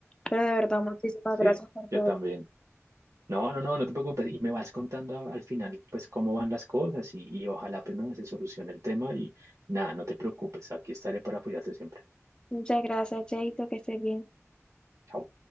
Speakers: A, on the left; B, on the right.
A: pero de verdad, muchísimas
B: Sí,
A: gracias por
B: yo
A: todo.
B: también. No, no, no, no te preocupes. Y me vas contando a- al final, pues, cómo van las cosas y, y ojalá, pues, nada, se solucione el tema y nada, no te preocupes. Aquí estaré para apoyarte siempre.
A: Muchas gracias, Cheito, que estés bien.
B: Chao.